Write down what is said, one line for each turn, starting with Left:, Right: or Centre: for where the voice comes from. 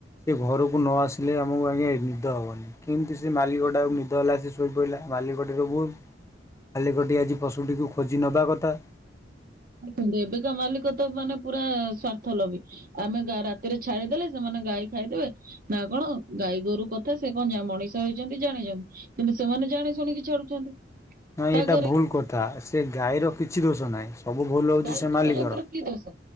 Left: ସେ ଘରକୁ ନ ଆସିଲେ ଆମକୁ ଆଜ୍ଞା ନିଦ ହବନି କିନ୍ତି ସେ ମାଲିକ ଟାକୁ ନିଦ ହେଲା ଯେ ଶୋଇ ପଇଲା ମାଲିକଟି ର ଭୁଲ୍ ମାଲିକଟି ଆଜି ପଶୁଟିକୁ ଖୋଜି ନେବା କଥା।
Right: ଦେଖନ୍ତୁ ଏବେକା ମାଲିକ ତ ମାନେ ପୁରା ସ୍ଵାର୍ଥ ଲଗେଇଛି। ଆମେ ଗା ରାତିରେ ଛାଡିଦେଲେ ସେମାନେ ଗାଈ ଖାଇଦେବେ। ନା କଣ ଗାଈ ଗୋରୁ କଥା ସେ କଣ ଯା ମଣିଷ ହେଇଛନ୍ତି ଜାଣିଛନ୍ କିନ୍ତୁ ସେମାନେ ଜାଣି ଶୁଣିକି ଛାଡୁଛନ୍ତି।
Left: ନାଇଁ
Right: ରାଗରେ
Left: ଏଇଟା ଭୁଲ୍ କଥା ସେ ଗାଈର କିଛି ଦୋଷ ନାହିଁ। ସବୁ ଭୁଲ୍ ହୋଉଛି
Right: ଗାଈ
Left: ସେ
Right: ଜୀବଜନ୍ତୁର
Left: ମାଲିକର।
Right: କି ଦୋଷ